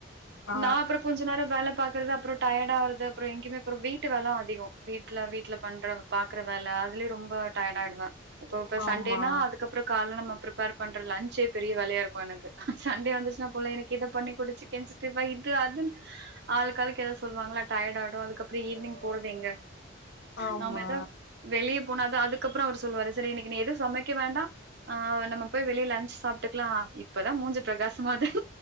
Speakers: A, on the left; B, on the right.
A: ஆ
B: நான் அப்புறம் கொஞ்ச நேரம் வேலை பாக்குறது அப்புறம் டர்யட ஆகுது அப்புறம் எங்கேயுமே அப்புறம் வீட்டு வேலை அதிகம் வீட்டுல வீட்டுல பண்ற பாக்குற வேலை அதுலயே ரொம்ப டயர்டாயிடுவே இப்ப இப்ப
A: ஆமா
B: சண்டேனா அதுக்கப்புறம் காலை பண்ற லஞ்சே பெரிய வேலையா இருக்கும் எனக்கு சண்டே வந்துச்சுனா புள்ளைகளுக்கு எனக்கு இதை பண்ணி குடுத்து இப்ப இது அது ஆளாளுக்கு ஏதாவது சொல்லுவாங்களா டயர்ட் ஆயிடும் அதுக்கப்புறம் ஈவினிங் போறது எங்க
A: ஆமா
B: நாம எதோ வெளியே போனா தா அதுக்கப்புறம் அவர் சொல்லுவாரு சரி இன்னைக்கு நீ எதுவும் சமைக்க வேண்டாம் ஆ நம்ம போய் வெளியே லஞ்ச் சாப்பிட்டுக்கலாம் இப்பதான் மூஞ்சு பிரகாசமாகுது